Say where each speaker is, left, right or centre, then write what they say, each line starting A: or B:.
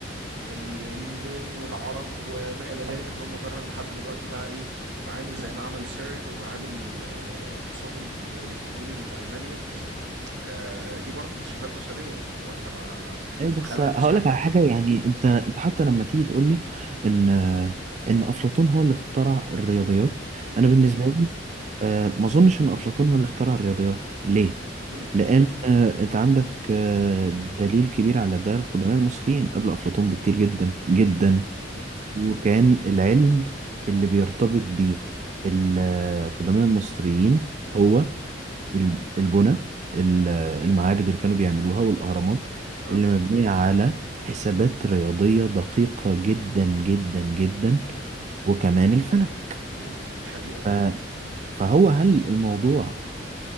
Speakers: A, on the right; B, on the right.
A: ال- اليونان والعرب وما الى ذلك هلم جرا لحد دلوقتي بقى ايه معامل زي معمل سيرن ومعامل آه، التصادم الالكتروني اللي في المانيا آه، دي برضو اكتشافات بشرية هو انت ما
B: ايوه بس
A: ما خلقتش
B: هقول
A: حاجة
B: لك على حاجه
A: امم
B: يعني انت انت حتى لما تيجي تقول لي ان آه، ان افلاطون هو اللي اخترع الرياضيات
A: امم
B: انا بالنسبه لي آه ما اظنش ان افلاطون هو اللي اخترع الرياضيات ليه
A: امم
B: لان آه انت عندك آه دليل كبير على ده القدماء المصريين قبل افلاطون بكتير جدا جدا
A: امم امم
B: وكان العلم اللي بيرتبط بيه القدماء المصريين هو ال- البنى ال- المعابد اللي كانوا بيعملوها والأهرامات
A: فعلا
B: اللي مبنية على حسابات رياضية دقيقة جدا جدا جدا
A: امم
B: وكمان الفلك
A: امم دي حقيقة
B: ف- فهو هل الموضوع